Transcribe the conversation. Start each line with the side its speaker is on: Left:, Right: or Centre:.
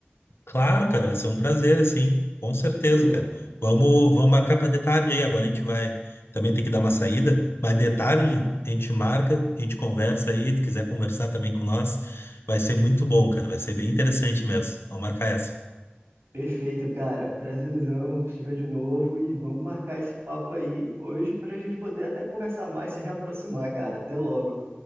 Left: Claro, cara, vai ser um prazer, assim, com certeza,
Right: Pronto.
Left: cara. Vamos, vamos marcar para de tarde aí. Agora a gente vai também ter que dar uma saída, mas de tarde a gente marca, a gente conversa aí. Se quiser conversar também com nós, vai ser muito bom, cara. Vai ser bem interessante mesmo. Vamos marcar essa.
Right: Perfeito, cara. Prazerzão, estiver de novo e vamos marcar esse papo aí hoje para a gente poder até conversar mais, e se reaproximar, cara. Até logo.